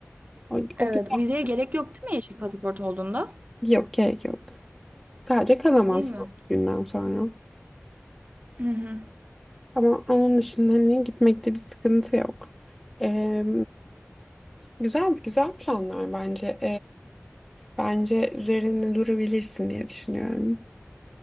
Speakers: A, in the centre; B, on the right.
A: O, o
B: Evet,
A: güzel.
B: vizeye gerek yok değil mi yeşil pasaport olduğunda?
A: Yok gerek yok. Sadece kalamazsın
B: Değil mi?
A: o günden sonra.
B: Hı hı.
A: Ama onun dışında hani gitmekte bir sıkıntı yok. Ee, güzel güzel planlar bence. Bence üzerinde durabilirsin diye düşünüyorum.